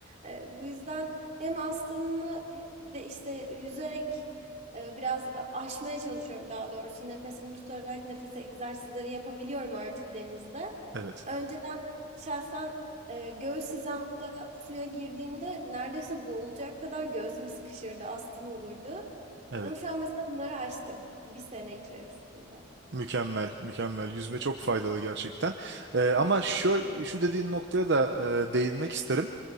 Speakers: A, on the right; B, on the right.
A: E, bu yüzden hem astımımı de işte yüzerek ee, Biraz aşmaya çalışıyorum daha doğrusu. Nefesimi tutarak nefes egzersizleri yapabiliyorum artık denizde.
B: Evet.
A: Önceden şahsen e, göğüs hizamda suya girdiğimde neredeyse boğulacak kadar göğsüm sıkışırdı, astım olurdu.
B: Evet.
A: Ama şu an mesela bunları aştım bir sene içerisinde.
B: Mükemmel, mükemmel. Yüzme çok faydalı gerçekten. Ee, ama şu, şu dediğin noktaya da e, değinmek isterim